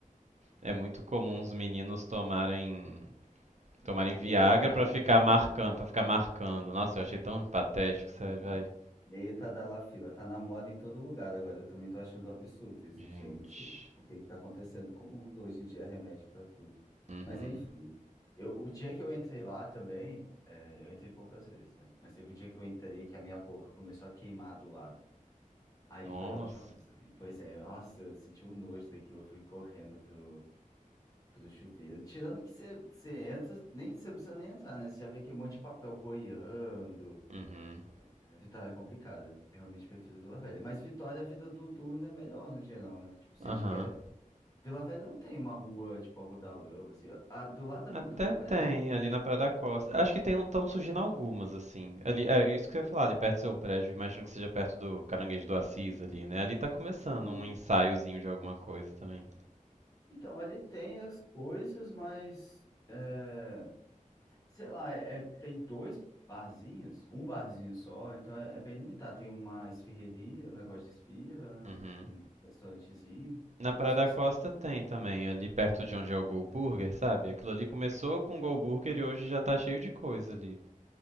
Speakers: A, on the right; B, on the left.
A: é muito comum os meninos tomarem, tomarem Viagra
B: Meia tadalafila.
A: pra ficar marcando, para ficar marcando. Nossa, eu achei tão patético, sério,
B: Sim.
A: vai.
B: Meia tadalafila. Tá na moda em todo lugar agora. Eu também tô achando absurdo isso,
A: Gente.
B: gente. O que que tá acontecendo com o mundo? Hoje em dia é remédio pra tudo.
A: Uhum.
B: Mas enfim. Eu, o dia que eu entrei lá também, é, eu entrei poucas vezes, né? Mas teve um dia que eu entrei que a minha boca começou a queimar do lado. Aí
A: Nossa.
B: foi a última vez também. Pois é, nossa, eu senti um nojo daquilo. Eu fui correndo pro, pro chuveiro. Tirando que você você entra, nem, você não precisa nem entrar, né? Você já vê que um monte de papel boiando.
A: Uhum.
B: É, Vitória é complicado. Eu realmente prefiro Vila Velha. Mas Vitória, a vida noturna é melhor no geral, né? Tipo, se
A: Aham.
B: a gente quer. Vila Velha não tem uma rua, tipo, a Rua da Lama, assim. A, do lado da mi-
A: Até
B: do meu prédio,
A: tem
B: até
A: ali na Praia da Costa. Acho que tem estão surgindo algumas assim. Ali é isso que eu ia falar, ali perto do seu prédio, imagino que seja perto do Caranguejo do Assis ali, né? Ali tá começando
B: assim.
A: um ensaiozinho de alguma coisa também.
B: Então, ali tem as coisas, mas. é, sei lá, é, é- tem dois barzinhos, um barzinho só, então é, é bem limitado. Tem uma esfirreria, um negócio de esfirra,
A: Uhum.
B: né? Um restaurantezinho.
A: Na
B: Eu
A: Praia
B: gosto
A: da
B: bastante.
A: Costa tem também, ali perto de onde é o Go Burger, sabe? Aquilo ali começou com o Go Burger e hoje já tá cheio de coisa ali.